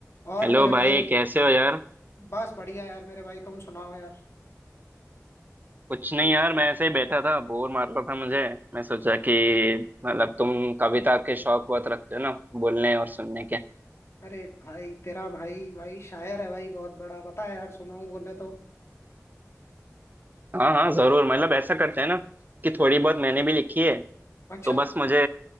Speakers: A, on the left (about 55°); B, on the right (about 35°).
A: और
B: Hello
A: मेरे भाई
B: भाई कैसे हो यार
A: बस बढ़िया यार मेरे भाई तुम सुनाओ यार
B: कुछ नहीं यार मैं ऐसे ही बैठा था बोर मार रहा था मुझे मैं सोचा कि मतलब तुम कविता के शौक बहुत रखते हो ना बोलने और सुनने के
A: अरे भाई तेरा भाई भाई शायर है भाई बहुत बड़ा बता यार सुनाऊं बोले तो
B: हाँ हाँ जरूर मतलब ऐसा करते हैं ना कि थोड़ी बहुत मैंने भी लिखी है
A: अच्छा
B: तो बस मुझे